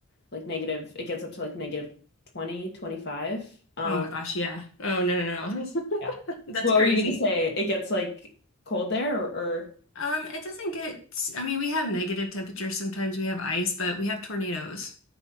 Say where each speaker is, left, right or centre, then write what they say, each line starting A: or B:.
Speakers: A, on the left (about 55°); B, on the left (about 75°).
A: like negative, it gets up to like negative negative 20, twenty five. Um,
B: Oh my gosh, yeah. Oh no no no.
A: yeah.
B: <laughs> That's
A: What
B: crazy.
A: were you gonna say? It gets like cold there or, or...
B: Um, it doesn't get, I mean, we have negative temperatures sometimes, we have ice, but we have tornadoes.